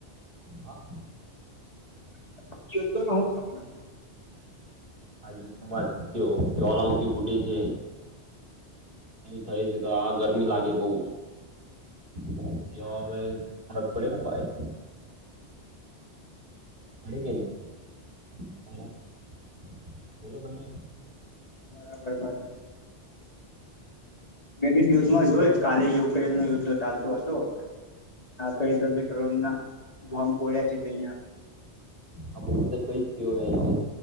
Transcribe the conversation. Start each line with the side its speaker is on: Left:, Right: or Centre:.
Right: હ.
Left: <unintelligible>
Right: હા યુદ્ધમાં જો જવાલામુખી ફૂટે છે. થાય છે તો આ ગરમી લાગે બઉ <unintelligible> <unintelligible> ના ભાઈ <unintelligible> બોલો તમે
Left: બરાબર બરાર મે બી ન્યૂઝ જોય કાલે જ યુક્રેન નો યુદ્ધ ચાલતું હતો આ કઈ ડ્રોન ના બોમ્બ ખલ્યા છે તો અહં
Right: આ બધ તો કઈ જ કે